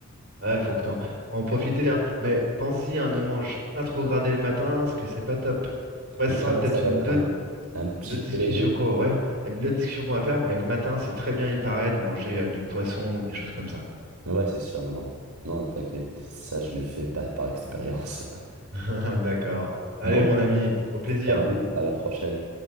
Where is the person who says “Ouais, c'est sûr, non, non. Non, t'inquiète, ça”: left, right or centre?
Right